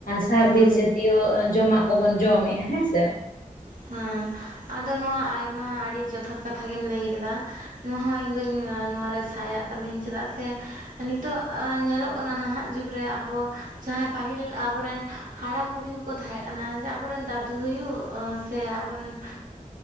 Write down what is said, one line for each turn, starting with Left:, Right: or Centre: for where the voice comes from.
Left: ᱥᱟᱨᱵᱤᱥ
Right: ᱦᱮᱸ
Left: ᱡᱟᱛᱤᱭᱚ ᱡᱚᱢᱟᱜ ᱠᱚᱵᱚᱱ ᱡᱚᱢᱮᱜᱼᱟ ᱦᱮᱸ ᱥᱮ
Right: ᱦᱮᱸ ᱟᱫᱚ ᱱᱚᱣᱟ ᱟᱭᱢᱟ ᱟᱹᱰᱤ ᱡᱚᱛᱷᱟᱛ ᱠᱟᱛᱷᱟ ᱜᱮᱢ ᱞᱟᱹᱭ ᱟᱠᱟᱫᱟ᱾ ᱱᱚᱣᱟ ᱦᱚᱸ ᱤᱧ ᱫᱚᱧ ᱱᱚᱣᱟ ᱨᱮ ᱥᱟᱭᱟᱜ ᱛᱟᱢᱤᱹᱧ ᱪᱮᱫᱟᱜ ᱥᱮ ᱱᱤᱛᱚᱜ ᱧᱮᱞᱚᱜ ᱠᱟᱱᱟ ᱱᱟᱦᱟᱸᱜ ᱡᱩᱜᱽ ᱨᱮ ᱟᱵᱚ ᱡᱟᱦᱟᱸᱭ ᱯᱟᱹᱦᱤᱞ ᱟᱵᱚᱨᱮᱱ ᱦᱟᱲᱟᱢ ᱵᱩᱲᱦᱤ ᱠᱚ ᱛᱟᱦᱮᱸ ᱠᱟᱱᱟ ᱡᱮ ᱟᱵᱚᱨᱮᱱ ᱫᱟᱫᱩ ᱦᱩᱭᱩᱜ ᱥᱮ ᱟᱵᱚᱨᱮᱱ